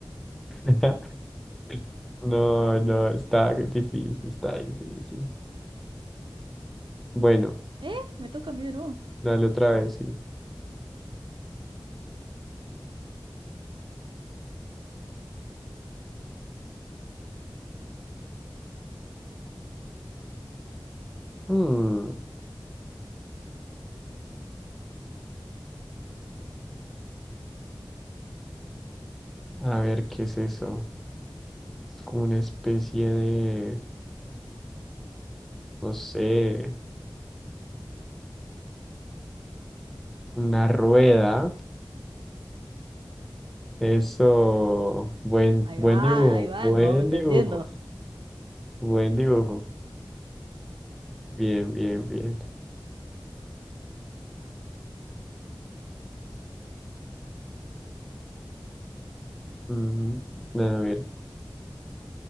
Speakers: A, in the centre; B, on the right (about 75°).
A: <laughs> No, no, está difícil, está difícil. Bueno,
B: ¿Eh? Me toca a mí de nuevo.
A: dale otra vez, sí. Mm, a ver, ¿qué es eso? Como una especie de, no sé, una rueda. Eso, buen,
B: Ahí
A: buen
B: va,
A: dibujo,
B: ahí va,
A: buen
B: nos vamos entendiendo.
A: dibujo, buen dibujo. Bien, bien, bien. Ujú. A ver,